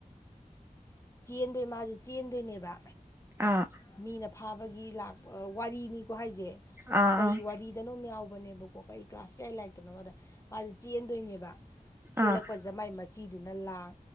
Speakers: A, on the left; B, on the right.
A: ꯆꯦꯟꯗꯣꯏ ꯃꯥꯁꯦ ꯆꯦꯟꯗꯣꯏꯅꯦꯕ
B: ꯑꯥ
A: ꯃꯤꯅ ꯐꯥꯕꯒꯤ ꯂꯥꯛ ꯋꯥꯔꯤꯅꯤꯀꯣ ꯍꯥꯏꯁꯦ
B: ꯑꯥ
A: ꯀꯩ
B: ꯑꯥ
A: ꯋꯥꯔꯤꯗꯅꯣꯝ ꯌꯥꯎꯕ ꯅꯦꯕꯀꯣ ꯀ ꯀ꯭ꯂꯥꯁ ꯀꯌꯥ ꯂꯥꯏꯔꯤꯛꯇꯅꯣ ꯃꯥꯗ ꯃꯥꯁꯦ ꯆꯦꯟꯗꯣꯏꯅꯦꯕ ꯆꯦꯜꯂꯛꯄꯁꯦ
B: ꯑꯥ
A: ꯃꯥꯏ ꯃꯆꯤꯗꯨꯅ ꯂꯥꯡ